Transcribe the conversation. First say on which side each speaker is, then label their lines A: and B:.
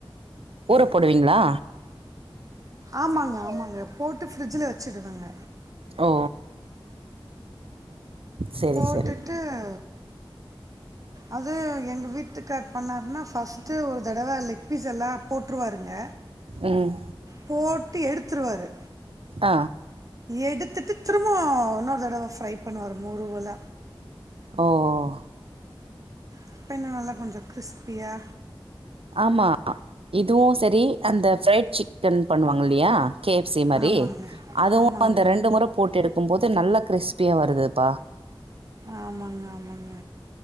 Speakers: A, on the right (about 90°); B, on the right (about 40°).
A: ஊற போடுவீங்களா
B: ஆமாங்க ஆமாங்க போட்டு பிரிஜ்ல வச்சுடுவேங்க
A: ஓ சரி
B: போட்டுட்டு
A: சரி
B: அ அது எங்கள் வீட்டுக்கார் பண்ணாருன்னா ஃபஸ்ட்டு ஒரு தடவ லெக் பீஸ் எல்லா போட்டுருவாருங்க
A: ம்
B: போட்டு எடுத்துருவாரு
A: அ
B: எடுத்துட்டு திரும்ப இன்னொரு தடவ ஃப்ரை பண்ணுவாரு மெறுவல
A: ஓ ஒ
B: சிக்கன்லா நல்லா கொஞ்சோ கிரிஸ்பியா
A: ஆமா இதுவு செரி அந்த ஃப்ரைட் சிக்கன் பண்ணுவாங்க இல்லையா கே எப் சி மாரி
B: ஆமாங்க
A: அதுவு
B: ஆமாங்க
A: அந்த ரெண்டு முற போட்டு எடுக்கும் போது நல்லா கிரிஸ்பியா வருதுப்பா
B: ஆமாங்க ஆமாங்க